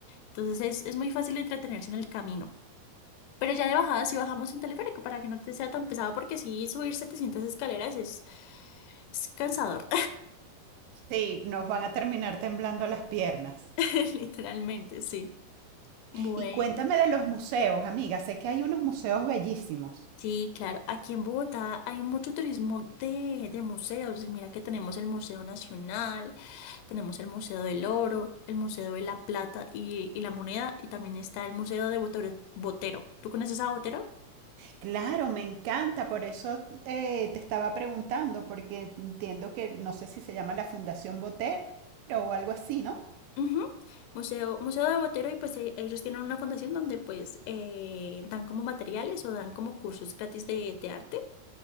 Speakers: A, on the left; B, on the right.
A: Entonces es, es muy fácil entretenerse en el camino. Pero ya de bajada sí bajamos en teleférico para que no te sea tan pesado, porque si subir 700 escaleras es, es cansador,
B: Sí, nos van a terminar temblando las piernas.
A: <laughs> literalmente, sí. Bueno.
B: Y cuéntame de los museos, amiga. Sé que hay unos museos bellísimos.
A: Sí, claro. Aquí en Bogotá hay mucho turismo de, de museos. Y Mira que tenemos el Museo Nacional, tenemos el Museo del Oro, el Museo de la Plata y, y la Moneda, y también está el Museo de Botero. Botero. ¿Tú conoces a Botero?
B: Claro, me encanta, por eso eh, te estaba preguntando, porque entiendo que no sé si se llama la Fundación Botero o algo así, ¿no?
A: Ujú. Museo, Museo de Botero y pues e- ellos tienen una fundación donde pues eh, dan como materiales o dan como cursos gratis de, de arte.